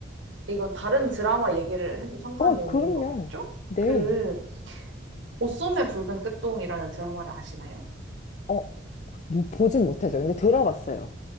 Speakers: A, on the right; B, on the left.
A: 이건 다른 드라마 얘기를 해도 상관이
B: 어,
A: 없는
B: 그럼요.
A: 거겠죠?
B: 네.
A: 그 옷소매 붉은 끝동이라는 드라마를 아시나요?
B: 어, 뭐 보진 못했어요. 근데 들어봤어요.